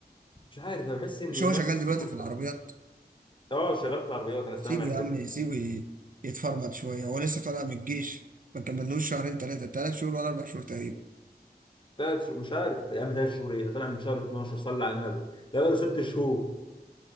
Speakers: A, on the left; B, on the right.
A: مش عارف انا بحس ان
B: مش
A: الناس
B: هو شغال دلوقتي
A: كل
B: في العربيات
A: اه شغال في العربيات انا سامع
B: سيبه يا
A: كده
B: عم سيبه ي- يتفرمط شويه هو لسه طالع من الجيش ما كملوش شهرين ثلاثه ثلاث شهور ولا اربع شهور تقريبا
A: تلات شهور- مش عارف يا عم ثلاث شهور ايه ده طالع من شهر 12 صلى على النبي ده بقى له ست شهور